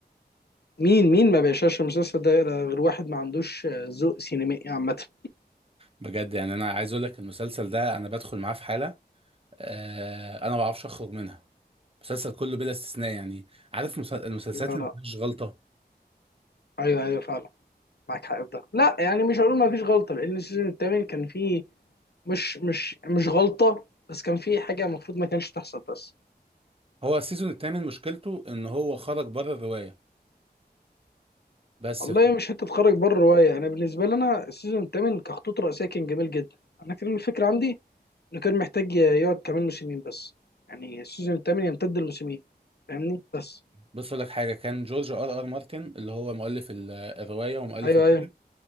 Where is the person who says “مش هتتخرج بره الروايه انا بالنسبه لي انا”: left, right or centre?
Left